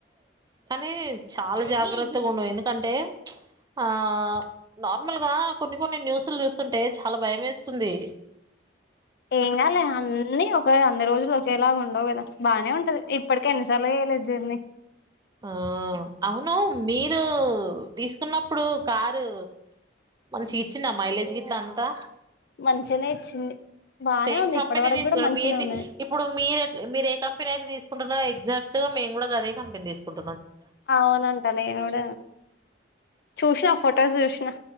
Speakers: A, on the right; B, on the left.
A: కానీ నేన్ చాలా జాగ్రత్తగా ఉండు ఎందుకంటే ఆ నార్మల్ గా కొన్ని కొన్ని న్యూస్లు చూస్ చుస్తుంటే చాలా భయం వేస్తుంది
B: ఏం కాలే అన్ని ఒక అన్ని రోజులు ఒకేలాగా ఉండవు కదా బానే ఉంటది ఇప్పటికే ఎన్నిసార్లుగా చెయలేదు జర్నీ
A: ఆ అవును మీరు తీసుకున్నప్పుడు కారు మంచి గా ఇచ్చిందా మైలేజ్ గిట్లా అంతా
B: మంచిగానే ఇచ్చింది బానే
A: సేమ్
B: ఉంది
A: కంపెనీ
B: ఇప్పటి వరకు
A: తీసుకు
B: కూడా మంచిగానే
A: మీరిది
B: ఉన్నది
A: ఇప్పుడు మీరు మీరు ఏ కంపెనీ అయితే తీసుకుంటున్నారో యాక్సెక్ట్ గా మేము కూడా గదే కంపెనీ తీసుకుంటా
B: అవునంటా నేను కూడ చూసినా ఫొటోస్ చూసినా